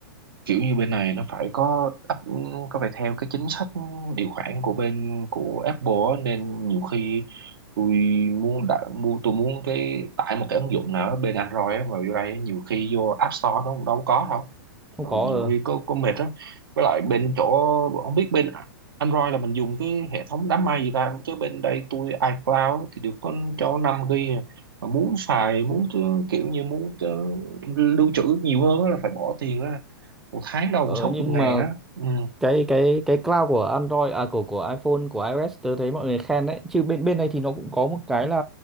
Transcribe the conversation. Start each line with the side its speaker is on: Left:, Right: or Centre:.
Right: kiểu như bên này nó phải có áp có phải theo cái chính sách điều khoản của bên của Apple á, nên nhiều khi tôi muốn đã, mua tôi muốn cái tải một cái ứng dụng nào đó bên Android á, mà vô đây nhiều khi vô App Store nó cũng đâu có đâu
Centre: không
Right: ừ,
Centre: có
Right: nhiều
Centre: ờ,
Right: khi có có mệt đó với lại bên chỗ không biết bên Android là mình dùng cái hệ thống đám mây gì ta chứ bên đây tôi iCloud á, thì được có cho 5 GB à. mà muốn xài muốn kiểu như muốn ờ, lưu trữ nhiều hơn á là phải bỏ tiền ra một tháng đâu
Centre: ờ,
Right: cũng sáu
Centre: nhưng
Right: chục ngàn
Centre: mà
Right: á ừ
Centre: cái cái cái cloud của Android à của của iPhone của iOS tớ thấy mọi người khen đấy chứ bên bên này thì nó cũng có một cái là